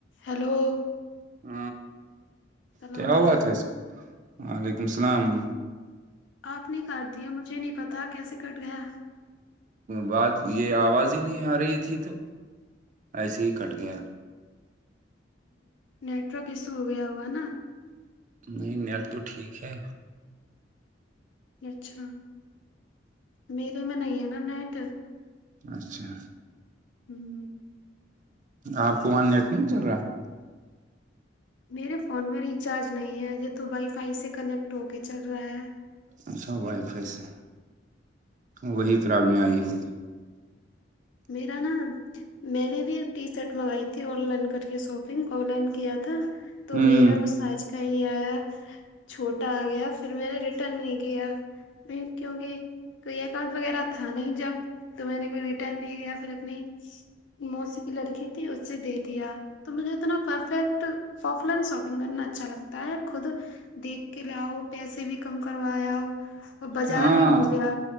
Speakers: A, on the left (about 80°); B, on the right (about 40°).
A: ہیلو <unintelligible>
B: ہ
A: السلام
B: کیا
A: علیکم
B: ہوات ہےز وعلیکم اللام <unintelligible>
A: آپ نے کاٹ دیا مجھے نہیں پتا کیسے کٹ گیا
B: بات یہ آواز ہی نہیں آ رہی تھی تو ایسے ہی کٹ گیا
A: نیٹورک ایشو ہو گیا ہوا نا
B: نہیں نیٹ تو ٹھیک ہے
A: اچھا میرے میں نہیں ہے نا نیٹ
B: اچھا
A: ہوں <unintelligible>
B: آپ کو وہاں نیٹ نہیں چل رہا ہے
A: میرے فون میں ریچارج نہیں ہے یہ تو وائی فائی سے کنیکٹ ہو کے چل رہا ہے
B: اچھا وائی فائی سے وہی
A: ہ
B: پرابلم آئی ہوگی
A: میرا نا <unintelligible> میں نے بھی ایک ٹی شرٹ منگائی تھی آن لائن کر کے شاپنگ آن لائن کیا تھا تو
B: ہوں
A: میرا وہ سانچ کا ہی نہیں آیا چھوٹا آ گیا پھر میں نے ریٹرن نہیں کیا کیونکہ کوئی اکاؤنٹ وغیرہ تھا نہیں جب تو میں نے کوئی رٹن یا پھر اپنی موسی کی لڑکی تھی اسے دے دیا تو مجھے اتنا پرفیکٹ آف لائن شاپنگ کرنا اچھا لگتا ہے خود دیکھ کے لاؤ پیسے بھی کم کروایا ہو اور بازار
B: ہاں
A: بھی گھومےیا